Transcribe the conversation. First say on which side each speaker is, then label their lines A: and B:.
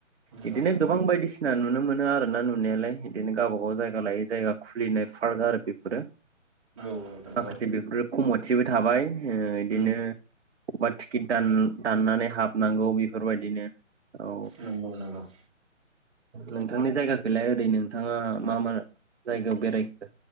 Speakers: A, on the right (about 25°); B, on the right (about 60°).
A: नंगौ
B: बिदिनो
A: नंगौ
B: गोबां बायदिसि ना नुनो मोनो आरो ना नुनायालाय बिदिनो गावबा गाव जायगा लायै जायगा खुलिनाय फार्क आरो बेफोरो।
A: औ औ नंगौ
B: माखासे बेफोर खमथिबो थाबाय ओ इदिनो
A: उम
B: बा टिकिट दान दाननानै हाबनांगौ बेफोरबायदिनो औ
A: नंगौ नंगौ
B: नोंथांनि जायगाखैलाय ओरैनो नोंथाङा मा मा जायगायाव बेरायखो